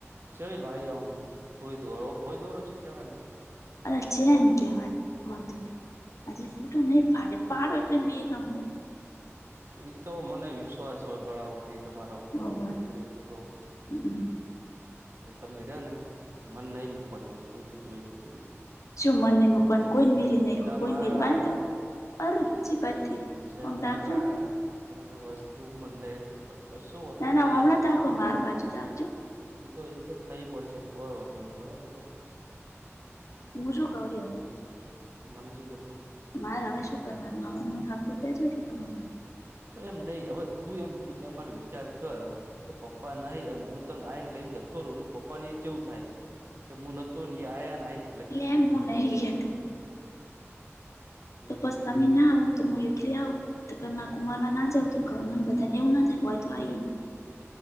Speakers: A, on the right; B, on the left.
A: ચેવી લાઈ આમ હોય દોરો હોય દોરો શું કેવાય ઓને.
B: આને ચેન કહેવાય માધુરી હજુ ફોટો નહી પાડે પાડો એટલે મે તમે
A: એતો મને વિશ્વાસ હોય ગળાઓ હુધી તમારા ઉપર
B: હોવે
A: ઓમેય પૂરેપૂરો.
B: હમ.
A: એ તમે રયા ને મન નહી મૂકવાની વસ્તુ એતું જોઈ લીધું મે.
B: શું મનની મૂકવાની કોઈને મિલી નહીં કો કોઈ
A: મારા
B: મેલવાની ત અરર ચી બાજ થી
A: પૈસા
B: ઑમ તાચ
A: <unintelligible> અને વસ્તુ મને <unintelligible> પણ કશું વોધો
B: ના
A: નહી
B: ના હમણાં
A: તો પણ
B: તાકો
A: હૈડન
B: માર
A: તો.
B: બાજુ તાકજો
A: એ તો એતો થઈ પડશે કોઈ વોંધો નહી હૈડોન એતો. <unintelligible>
B: હું શું કવ રી હવે
A: સે મને સી ખબર.
B: મારે હવે શું કરવાનું આવાનું મને હરકું કેજો એટલે ખબર પડે.
A: એમ નહી, હવે તું એમ, તું એમ ખાલી વિચાર કર કે પપ્પા નહી અન મું- તન આઈન લઈન જતો રઉ તો પપ્પાન એ ચેવું થાય, કે મું નતોન એ આયાન આઈન
B: એટલે એમ મુું નહી કેતી.
A: હમ
B: તો પસ તમે ના આવું તો હું એકલી આઉ. તો પહી મા કુંમારવા ના જવું તો ક અમન બધાન એવું ના થાય ક ઓય તો આઇ.